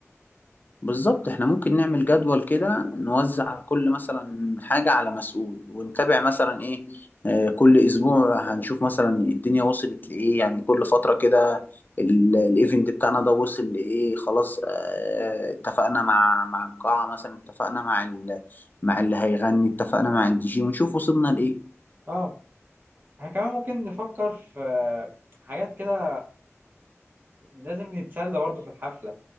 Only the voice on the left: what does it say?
بالظبط احنا ممكن نعمل جدول كده نوزع كل مثلا حاجة على مسؤول ونتابع مثلا ايه آه، كل اسبوع هنشوف مثلا الدنيا وصلت لايه يعني كل فترة كده ال- الايفنت بتاعنا ده وصل لايه خلاص آه، اتفقنا مع مع القاعة مثلا اتفقنا مع ال... مع اللي هيغني اتفقنا مع الدي جي ونشوف وصلنا لايه